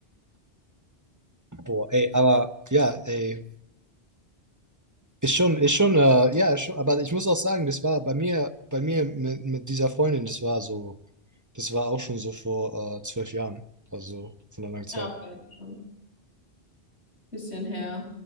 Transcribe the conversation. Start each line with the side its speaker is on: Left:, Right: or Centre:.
Right: <laughs> Boah, ey, aber ja, ey. Ist schon, ist schon, äh, ja, ist schon, aber ich muss auch sagen, das war bei mir, bei mir mit, mit dieser Freundin, das war so, das war auch schon so vor äh, zwölf Jahren. Also von einer langen Zeit.
Left: Ja, okay, das ist schon ein bisschen her.